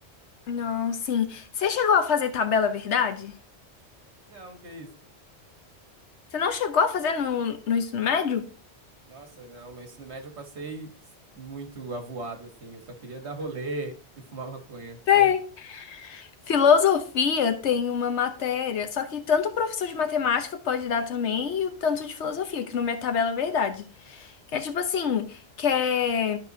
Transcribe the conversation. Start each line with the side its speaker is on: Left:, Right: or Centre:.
Left: Não, sim. Você chegou a fazer tabela verdade?
Right: Não, que isso.
Left: Você não chegou a fazer no, no ensino médio?
Right: Nossa, não, meu ensino médio eu passei muito avoado, assim. Eu só queria dar rolê e fumar maconha, só
Left: sei
Right: isso.
Left: Filosofia tem uma matéria, só que tanto o professor de matemática pode dar também, e o tanto de filosofia, que não é tabela verdade. Que é tipo assim, que é.